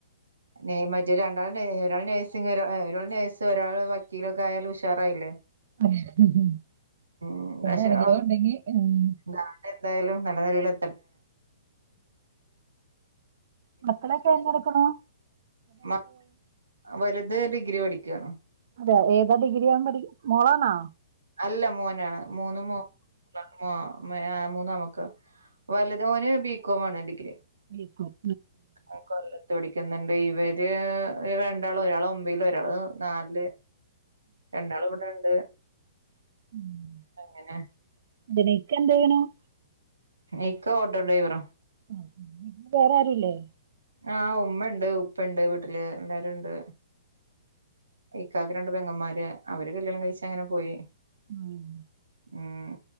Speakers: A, on the right; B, on the right.
A: നേ മറ്റേ രണ്ടാൾ നേ ഒരാൾ നേഴ്സിംഗ്‌ ഒരാ ഒരാൾ നേഴ്സ് ഒരാള് വക്കീലൊക്കെ ആയാലും ഉഷാറായില്ലേ.
B: <unintelligible>
A: ഉം പക്ഷെ
B: ആരെങ്കിലോ ഒണ്ടെങ്കി <unintelligible>
A: എന്താവട്ടെ എന്തായാലും നല്ല നെലയിലെ
B: മക്കളൊക്കെ എന്ന എടുക്കണു.
A: വ വലുത് ഡിഗ്രി പഠിക്കാണ്.
B: അതെ ഏതാ ഡിഗ്രിയാണ് പഠി മോളണോ?
A: അല്ല മോനാണ്, മൂന്നും മോ <unintelligible> <unintelligible> മൂന്ന നമുക്ക് വലുതോന് ബികോമാണ് ഡിഗ്രി.
B: ബികോം
A: ഓ കൊല്ലത്ത് പഠി ക്കുന്നുണ്ട്, ഇവര് രണ്ടാളോ ഒരാള് ഒമ്പല് ഒരാള് നാലല്. രണ്ടാള് ഇവിടെണ്ട്.
B: മ്
A: അങ്ങനെ
B: <unintelligible>
A: ഇക്ക ഓട്ടോ ഡ്രൈവറ.
B: ആ മ് വേറെ ആരുല്ലേ?
A: ആഹ് ഉമ്മ ഇണ്ട് ഉപ്പ ഇണ്ട് വീട്ടില് എല്ലാരും ഉണ്ട്, ഇ കാക്കക്ക് രണ്ട് പെങ്ങന്മാര് അവര് കല്യാണം കഴിച്ച അങ്ങനെ പോയി
B: ഉം
A: ഉം